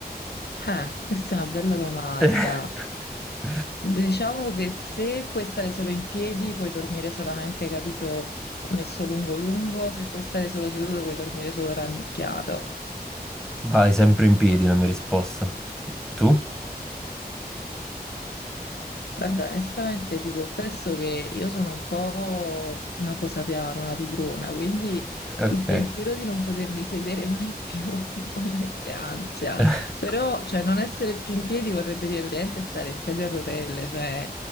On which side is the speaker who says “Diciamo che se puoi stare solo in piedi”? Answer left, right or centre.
Left